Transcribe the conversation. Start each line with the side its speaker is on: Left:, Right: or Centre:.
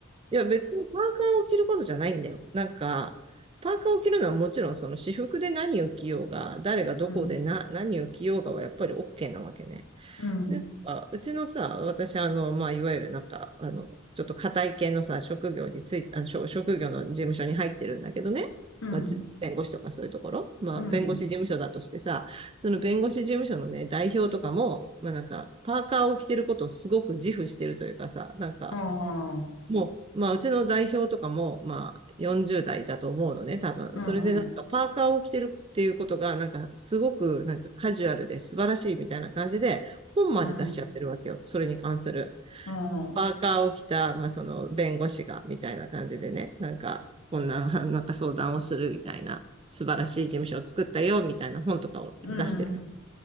Right: いや、別にパーカーを着ることじゃないんだよ。なんか、パーカーを着るのはもちろんその私服で何を着ようが、誰がどこでな、
Left: うん、
Right: 何を着ようがはやっぱり OK なわけね。
Left: うん、
Right: で、なんかうちのさ、私、あの、まあ、いわゆるなんか、あの、ちょっと堅い系のさ、職業について、あの、職職業の事務所に入ってるんだけどね。
Left: うん、
Right: まあ、じ弁護士とかそういうところ。まあ、
Left: うん、
Right: 弁護士事務所だとしてさ、その弁護士事務所のね、代表とかも、まあなんか、パーカーを着てることをすごく自負してるというかさ、なんか、
Left: ああ、うん、
Right: もう、まあ、うちの代表とかも、まあ、40代だと思うのね、多分。
Left: うん、
Right: それでなんか、パーカーを着てるっていうことが、なんか、すごく、なんか、カジュアルで素晴らしいみたいな感じで、本まで出しちゃってるわけよ。
Left: うん、
Right: それに関する。
Left: うん、
Right: パーカーを着た、まあ、その、弁護士が、みたいな感じでね、なんか、こんな、<laughs> なんか相談をするみたいな、素晴らしい事務所を作ったよ、みたいな本とかを出してる。
Left: うん、